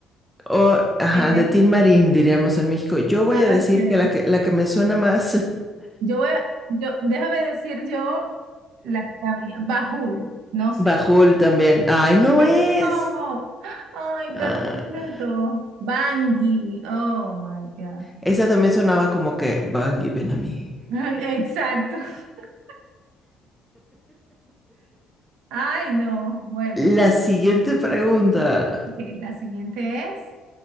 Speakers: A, in the centre; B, on the right.
A: O, ajá,
B: Eh,
A: de Tin Marín, diríamos en México. Yo voy
B: ah,
A: a decir
B: ok.
A: que la que, la que me suena más, <laughs>
B: Yo voy a, yo, déjame decir yo la, la mía. Bajul, no sé.
A: Bajul también. Ay, no
B: ¡Eso!
A: es.
B: ¡Ay,
A: Ah.
B: perdí completo! Bangui, oh my God.
A: Esa también sonaba como que Bungie, Ven a mí.
B: Ay, Exacto. <laughs> Ay, no. Bueno,
A: La siguiente pregunta.
B: ok, la siguiente es.